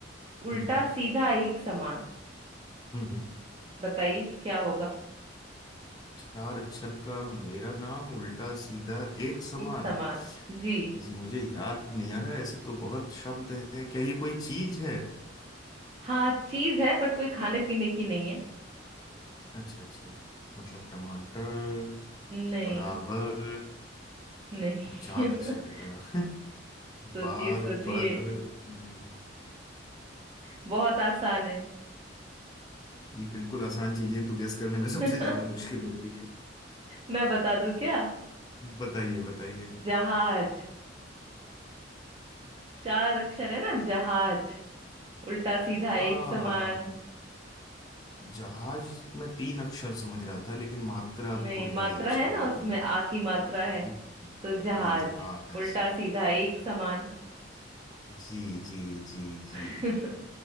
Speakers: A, on the right; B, on the left.
A: उल्टा
B: हम्म हम्म
A: सीधा एक समान
B: हम्म हम्म।
A: बताइए क्या होगा
B: चार अक्षर का मेरा नाम उल्टा सीधा एक समान
A: एक समान जी
B: जी मुझे याद नहीं आ रहा है, ऐसे तो बहुत शब्द है क्या ये कोई चीज है
A: हाँ चीज है बट कोई खाने पीने की नहीं है
B: अच्छा अच्छा मतलब टमाटर
A: नहीं
B: बराबर
A: नहीं
B: चार
A: <laughs>
B: अक्षर का <laughs>
A: सोचिए
B: बार
A: सोचिए
B: बर नहीं
A: <laughs> बहुत आसान है
B: ये बिल्कुल आसान चीजें तो गैस करने में सबसे
A: <laughs>
B: ज्यादा मुश्किल होती है
A: मैं बता दूं क्या
B: बताइए बताइए
A: जहाज चार अक्षर है ना जहाज उल्टा सीधा
B: आ
A: एक समान
B: जहाज में तीन अक्षर समझ रहा था लेकिन मात्रा
A: नहीं
B: को
A: मात्रा
B: भी अच्छा
A: है ना
B: आपने
A: उसमें आ की मात्रा है
B: जी
A: तो जहाज
B: जी जहाज
A: उल्टा सीधा एक समान
B: जी जी जी जी
A: <laughs>